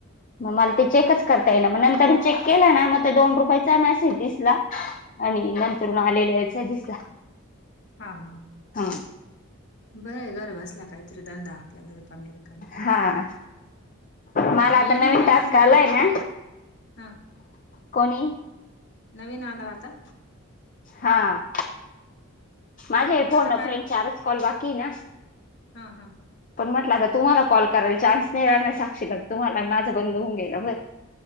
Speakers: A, on the left (about 40°); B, on the left (about 55°).
A: मला ते चेकच करता येईना नंतरन चेक केलं ना मग तर दोन रुपयाचा मॅसेज दिसला, आणि नंतर आलेला याचा ही दिसला.
B: हा, हा
A: हा
B: बरं आहे घर बसला, काहीतरी धंदा आपल्याला. रिकामी रिकामी,
A: हा मला आता
B: यांनी
A: नवीन
B: नाही
A: टास्क
B: का भरला.
A: आलाय ना
B: हा
A: कोणी.
B: नवीन आल हो आता
A: हां. माझ्या हे फोन
B: आता
A: ना
B: काय
A: फ्रेंड चारच कॉल बाकी ना
B: हा हा
A: पण म्हटलं आता तुम्हाला कॉल करायला चान्स नाही राहिणार साक्षीला तुम्हाला माझं बंद होऊन गेला बरं